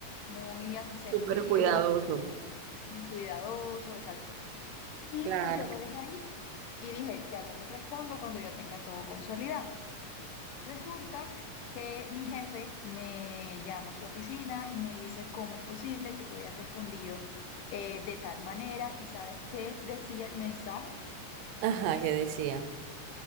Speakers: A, on the left; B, on the right.
A: muy asertivo,
B: Súper cuidadoso.
A: muy cuidadoso, exacto. Y
B: Claro.
A: pues yo lo dejé ahí y dije, ya luego respondo cuando yo tenga todo consolidado. Resulta que mi jefe me llama a su oficina y me dice, ¿cómo es posible que tú hayas respondido eh, de tal manera? Y sabes qué decía el mensaje,
B: Ajá, que decía.